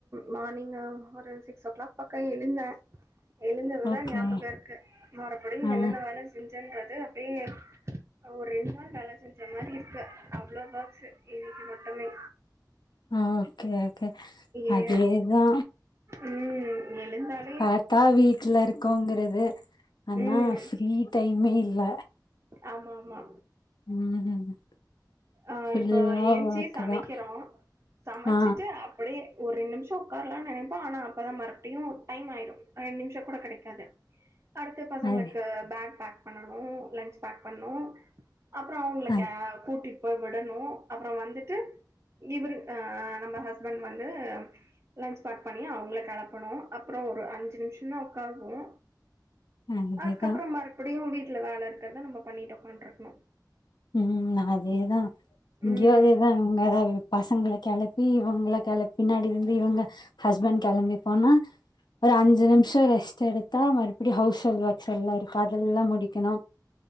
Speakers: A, on the right (about 40°); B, on the left (about 70°).
A: மார்னிங் ஒரு சிக்ஸ் ஓ கிளாக் பக்க எழுந்த எழுந்ததுதா
B: ஓகே
A: ஞாபகோ இருக்கு மறுபடி
B: ஆ
A: என்னென்ன வேல செஞ்சன்றது அப்டியே ஒரு ரெண்டு நாள் வேல செஞ் மாரி இருக்க அவ்ளோ ஓர்க்ஸ் இன்னைக்கு மட்டுமே
B: ஆ ஓகே ஓகே
A: ஏ
B: அதேதா
A: ம் எழுந்தாள்
B: பாத்தா வீட்ல இருக்கோங்கிறது ஆனா
A: ம்
B: ஃப்ரீ டைமே இல்ல
A: ஆமா ஆமா
B: ம்
A: ஆ
B: ஃபுல்லா
A: இப்போ ஏன்ச்சி
B: வாக்கு
A: சமைக்கிறோ
B: தான்.
A: சமைச்சிட்டு
B: ஆ
A: அப்படியே ஒரு நிமிசோ உக்காரலா நெனைப்ப ஆனா அப்போ தா மறுபடியு டைம் ஆயிரு ரெண்டு நிமிஷோ கூட கெடைக்காது அடுத்து பசங்களுக்கு
B: அது
A: பேக் பேக் பண்ணனு லன்ச் பேக் பண்ணு அப்புறோ அவங்களுக்க
B: அது
A: கூட்டிட்டு போய் விடணு அப்புறோ வந்துட்டு இவர் அ நம்ம ஹஸ்பண்ட் வந்து லஞ்ச் பேக்பண்ணி அவங்கள களப்பணு அப்புறோ ஒரு அஞ்சி நிமிஷோ தா உக்காருவோ
B: அதேதான்.
A: அதுக்கப்புறோ மறுபடியு வீட்ல வேல இருக்கிறதா நம்ம பண்ணிட்டு உக்காந்துட்ருக்கணு
B: ம் நா அதேதா இங்கியு
A: ம்
B: அதே தா இதா இவங்க பசங்கள கிளப்பி இவங்க கிள பின்னாடி வந்து இவங்க ஹஸ்பண்ட் கிளம்பி போனா ஒரு அஞ்சு நிம்ஷோ ரெஸ்ட் எடுத்தா மறுபடி ஹவுஸ் ஹெல் ஒர்க்ஸ் எல்லா இருக்கு அதெல்லா முடிக்கணு